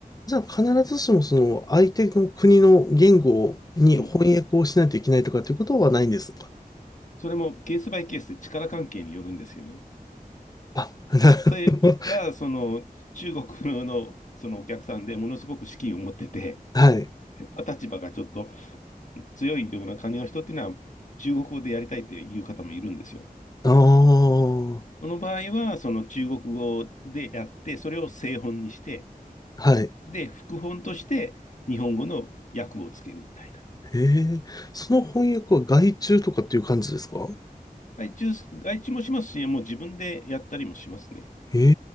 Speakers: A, on the left; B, on the left.
A: じゃあ、必ずしもその、相手の国の言語に翻訳をしないといけないとかっていうことはないんですか
B: うん。それもケースバイケースで力関係によるんですよね。
A: あ、なるほど。
B: 例えば、その、中国の、そのお客さんでものすごく資金を持ってて、
A: はい。
B: <laughs> 立場がちょっと強いような感じの人っていうのは、中国語でやりたいっていう方もいるんですよ。
A: ああ、
B: その場合は、その中国語でやって、それを正本にして、
A: はい。
B: で、副本として日本語の訳をつけるみたいな。
A: ええ、その翻訳は外注とかっていう感じですか
B: 外注、外注もしますし、もう自分でやったりもしますね。
A: え